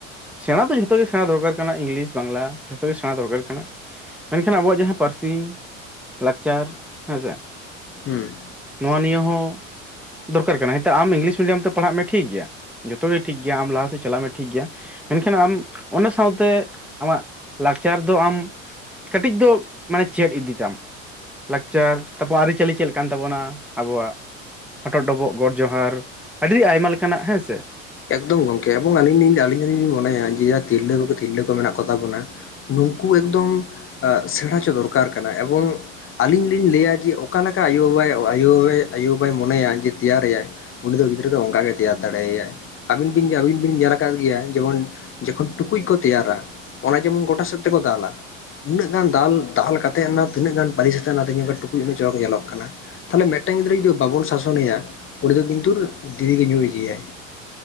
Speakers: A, in the centre; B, on the left (about 30°).
A: ᱥᱮᱬᱟ ᱫᱚ ᱡᱷᱚᱛᱚ ᱜᱮ ᱥᱮᱬᱟ ᱫᱚᱨᱠᱟᱨ ᱠᱟᱱᱟ ᱤᱝᱞᱤᱥ ᱵᱟᱝᱞᱟ ᱡᱷᱚᱛᱚᱜ ᱜᱮ ᱥᱮᱬᱟ ᱫᱚᱨᱠᱟᱨ ᱠᱟᱱᱟ ᱾ ᱢᱮᱱᱠᱷᱟᱱ ᱟᱵᱚᱣᱟᱜ ᱡᱟᱦᱟᱸ ᱯᱟᱹᱨᱥᱤ ᱞᱟᱠᱪᱟᱨ ᱦᱮᱸ ᱥᱮᱼᱼ
B: ᱦᱩᱸ
A: ᱱᱚᱣᱟ ᱱᱤᱭᱟᱹ ᱦᱚᱸ ᱫᱚᱨᱠᱟᱨ ᱠᱟᱱᱟ ᱦᱮᱸ ᱾ ᱟᱢ ᱤᱝᱞᱤᱥ ᱢᱤᱤᱭᱟᱢ ᱛᱮ ᱯᱟᱲᱦᱟᱜ ᱢᱮ ᱴᱷᱤᱠ ᱜᱮᱭᱟ, ᱡᱚᱛᱚ ᱜᱮ ᱴᱷᱤᱠ ᱜᱮᱭᱟ ᱟᱢ ᱞᱟᱦᱟ ᱥᱮᱫ ᱪᱟᱞᱟᱜ ᱢᱮ ᱴᱷᱤᱠ ᱜᱮᱭᱟᱼᱼ ᱢᱮᱱᱠᱷᱟᱱ ᱟᱢ ᱚᱱᱟ ᱥᱟᱶᱛᱮ ᱟᱢᱟᱜ ᱞᱟᱠᱪᱟᱨ ᱫᱚ ᱟᱢᱼᱼ ᱠᱟᱹᱴᱤᱡ ᱫᱚ ᱢᱟᱱᱮ ᱪᱮᱫ ᱤᱫᱤ ᱛᱟᱢ ᱾ ᱞᱟᱠᱪᱟᱨ, ᱛᱟᱯᱚᱨ ᱟᱹᱨᱤᱪᱟᱹᱞᱤ ᱪᱮᱫ ᱞᱮᱠᱟᱱ ᱠᱟᱱ ᱛᱟᱵᱚᱱᱟ ᱟᱵᱚᱣᱟᱜ ᱦᱚᱴᱚᱜ ᱰᱚᱵᱚᱜ ᱜᱚᱰᱼᱼ ᱡᱚᱦᱟᱨ ᱟᱹᱰᱤ ᱟᱭᱢᱟ ᱞᱮᱠᱟᱱᱟᱜ ᱦᱮᱸ ᱥᱮ ᱾
B: ᱮᱠᱫᱚᱢ ᱜᱚᱝᱠᱮ ᱮᱵᱚᱝ ᱟᱞᱤᱧ ᱟᱞᱤᱧ ᱫᱚᱞᱤᱧ ᱢᱚᱱᱮᱭᱟ ᱡᱮ ᱛᱤᱨᱞᱟᱹ ᱛᱤᱨᱞᱟᱹ ᱠᱚ ᱢᱮᱱᱟᱜ ᱠᱚ ᱛᱟᱵᱚᱱᱟᱼᱼ ᱱᱩᱠᱩ ᱮᱠᱫᱚᱢ ᱥᱮᱬᱟ ᱪᱚ ᱫᱚᱨᱠᱟᱨ ᱠᱟᱱᱟ ᱾ ᱮᱵᱚᱝᱼᱼ ᱟᱞᱤᱧ ᱞᱤᱧ ᱞᱟᱹᱭᱟ ᱡᱮ ᱚᱠᱟ ᱞᱮᱠᱟ ᱟᱭᱳ ᱵᱟᱵᱟᱭ ᱟᱭᱳ ᱟᱭᱳ ᱵᱟᱵᱟᱭ ᱢᱚᱱᱮᱭᱟ ᱡᱮ ᱛᱮᱭᱟᱨᱮᱟᱭᱼᱼ ᱩᱱᱤ ᱫᱚ ᱜᱤᱫᱽᱨᱟᱹ ᱫᱚ ᱚᱱᱠᱟ ᱜᱮᱭ ᱛᱮᱭᱟᱨ ᱫᱟᱲᱮᱭᱟᱭᱟ ᱾ ᱟᱹᱵᱤᱱ ᱵᱤᱱ ᱟᱹᱵᱤᱱ ᱵᱤᱱ ᱧᱮᱞ ᱟᱠᱟᱫ ᱜᱮᱭᱟ ᱡᱮᱢᱚᱱ ᱡᱚᱠᱷᱚᱱ ᱴᱩᱠᱩᱡ ᱠᱚ ᱛᱮᱭᱟᱨᱟᱼᱼ ᱚᱱᱟ ᱡᱮᱢᱚᱱ ᱜᱚᱴᱟ ᱥᱮᱫ ᱛᱮᱠᱚ ᱫᱟᱞᱟ ᱾ ᱩᱱᱟᱹᱜ ᱜᱟᱱ ᱫᱟᱞ ᱫᱟᱞ ᱠᱟ ᱠᱟᱛᱮᱫ ᱚᱱᱟ ᱛᱤᱱᱟᱹᱜ ᱜᱟᱱ ᱵᱟᱨᱤᱥ ᱥᱟᱛᱮᱜ ᱚᱱᱟᱛᱮ ᱧᱚᱜ ᱴᱩᱠᱩᱡ ᱩᱱᱟᱹᱜ ᱪᱚᱨᱚᱠ ᱧᱮᱞᱚᱜ ᱠᱟᱱᱟ ᱾ ᱛᱟᱦᱚᱞᱮ ᱢᱤᱫᱴᱟᱝ ᱜᱤᱫᱽᱨᱟᱹ ᱡᱩᱫᱤ ᱵᱟᱵᱚᱱ ᱥᱟᱥᱚᱱᱮᱭᱟ, ᱩᱱᱤᱫ ᱫᱚ ᱠᱤᱱᱛᱩ ᱰᱮᱞᱤ ᱜᱮ ᱧᱩᱭ ᱤᱫᱤᱭᱟ᱾